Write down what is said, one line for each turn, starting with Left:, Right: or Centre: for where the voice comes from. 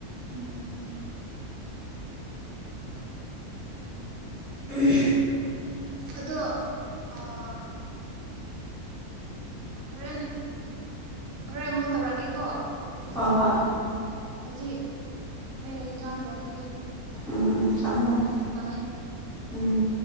Right: ꯎꯝ
Centre: ꯎꯝ
Right: ꯑꯗꯣ ꯑꯥ ꯍꯣꯔꯦꯟ ꯍꯣꯔꯦꯟ ꯑꯃꯨꯛ ꯇꯧꯔꯛꯀꯦꯀꯣ
Centre: ꯍꯣ ꯍꯣꯏ
Right: ꯍꯧꯖꯤꯛ ꯑꯩ ꯏꯟꯖꯥꯡ ꯊꯣꯡꯈꯤꯒꯦ
Centre: ꯎꯝ ꯎꯝ ꯊꯝꯃꯦ ꯊꯝꯃꯦ
Right: ꯎꯝ ꯊꯝꯃꯦ
Centre: ꯎꯝ